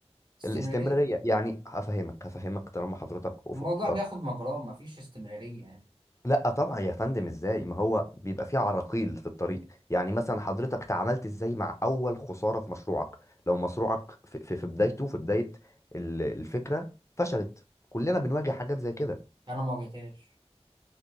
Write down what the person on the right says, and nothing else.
استمرارية
في ايه
الموضوع بياخد مجراه مفيش استمرارية يعني
انا ما واجهتهاش